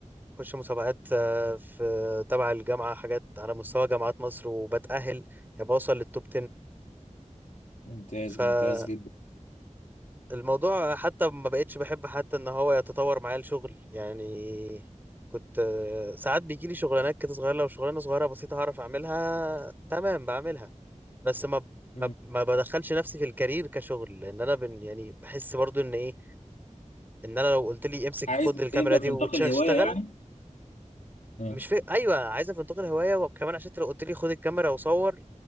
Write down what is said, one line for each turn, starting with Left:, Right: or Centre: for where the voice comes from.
Right: بخش مسابقات آه في تبع الجامعة حاجات على مستوى جامعات مصر وبتأهل يعني بوصل للتوب
Left: ممتاز
Right: 10
Left: ممتاز جدا
Right: الموضوع حتى ما بقتش بحب حتى ان هو يتطور معايا الشغل يعني كنت آه، ساعات بيجي لي شغلانات كده صغيره لو شغلانه صغيره بسيطه هعرف اعملها تمام بعملها بس ما ب- ما
Left: مم.
Right: ب- ما بدخلش نفسي في الكارير كشغل لان انا بن يعني بحس برضو ان ايه ان انا لو قلت لي امسك
Left: عايز
Right: خد الكاميرا
Left: يبقى
Right: دي
Left: في
Right: واشتغل
Left: نطاق الهواية يعني اه
Right: مش في ايوه عايز انتقل هوايه وكمان عشان انت لو قلت لي خد الكاميرا وصور